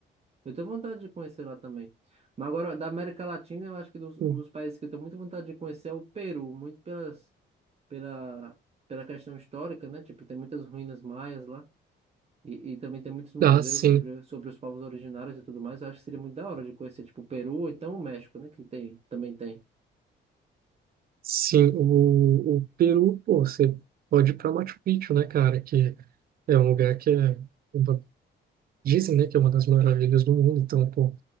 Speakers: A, on the right; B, on the right.
A: Eu tenho vontade de conhecer lá também. Mas agora, da América Latina, eu acho que dos- um
B: Hum,
A: dos países que eu tenho muita vontade de conhecer é o Peru, muito pelas, pela, pela questão histórica, né? Tipo, tem muitas ruínas maias lá. E, e também tem muitos museus
B: Ah, sim,
A: sobre, sobre os povos originários e tudo mais. Eu acho que seria muito da hora de conhecer, tipo, o Peru, ou então o México, né? Que tem, também tem.
B: sim, o, o Peru, pô, você pode ir para Machu Picchu, né, cara? Que é um lugar que é, uma- dizem, né, que é uma das maravilhas do mundo, então, pô,